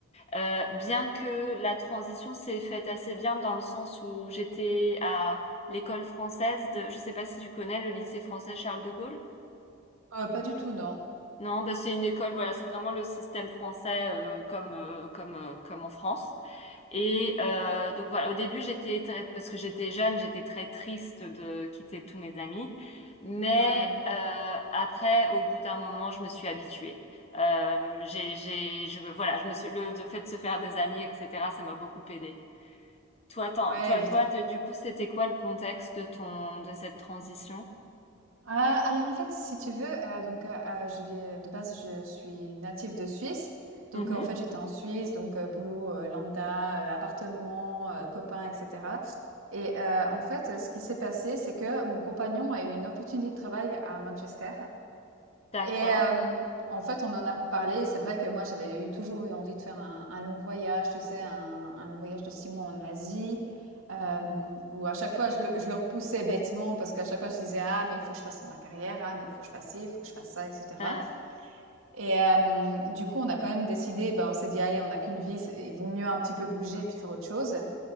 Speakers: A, on the left (about 30°); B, on the right (about 90°).
A: Euh, bien que la transition s'est faite assez bien dans le sens où j'étais à l'école française de... Je sais pas si tu connais le lycée français Charles de Gaulle?
B: Heu, pas du tout, non.
A: Non, bah, c'est une école, voilà, c'est vraiment le système français euh, comme, euh, comme, euh, comme en France. Et euh, donc voilà, au début j'étais très, parce que j'étais jeune, j'étais très triste de quitter tous mes amis, mais
B: Ouais,
A: euh, après, au bout d'un moment, je me suis habituée. Euh, j'ai, j'ai, je me, voilà, je me suis, le, le fait de se faire des amis, etc., ça m'a beaucoup aidée. Toi, attends,
B: ouais,
A: toi,
B: évid
A: toi, de- du coup, c'était quoi le contexte de ton, de cette transition?
B: Heu, alors, en fait, si tu veux, heu, donc, heu, heu, je vais de base, je suis native de Suisse. Donc,
A: Mhm.
B: heu, en fait, j'étais en Suisse, donc, heu, boulot, heu, lambda, heu, appartement, heu, copain et cetera et heu, en fait, heu, ce qui s'est passé, c'est que mon compagnon a eu une opportunité de travail à Manchester
A: D'accord.
B: et euh, en fait, on en a parlé. et C'est vrai que moi, j'avais eu toujours eu envie de faire un, un long voyage, tu sais, un, un long voyage de six mois en Asie, euh, où à chaque fois, je le, je le repoussais bêtement parce qu'à chaque fois, je disais, ah, mais il faut que je fasse ma carrière, ah, mais il faut que je fasse ci, il faut que je fasse ça, etc.
A: Hein.
B: Et euh, du coup, on a quand même décidé, bah, on s'est dit, allez, on n'a qu'une vie, c'est- il vaut mieux un petit peu bouger puis faire autre chose.